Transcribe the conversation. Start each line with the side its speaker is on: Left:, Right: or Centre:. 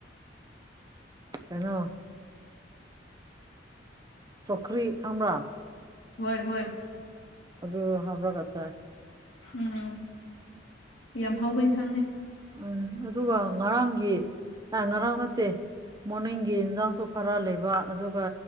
Right: ꯀꯩꯅꯣ ꯁꯈ꯭ꯔꯤ ꯈꯝꯔꯥ
Left: ꯍꯣꯏ ꯍꯣꯏ
Right: ꯑꯗꯨ ꯑꯗꯨ ꯍꯥꯕ꯭ꯔꯒꯆꯥ
Left: ꯎꯝ ꯌꯥꯝ ꯍꯥꯎꯕ ꯏꯟꯁꯥꯡꯅꯤ
Right: ꯎꯝ ꯑꯗꯨꯒ ꯉꯔꯥꯡꯒꯤ ꯑ ꯉꯔꯥꯡ ꯅꯠꯇꯦ ꯃꯣꯔꯅꯤꯡꯒꯤ ꯏꯟꯁꯥꯡꯁꯨ ꯈꯔ ꯂꯩꯕ ꯑꯗꯨꯒ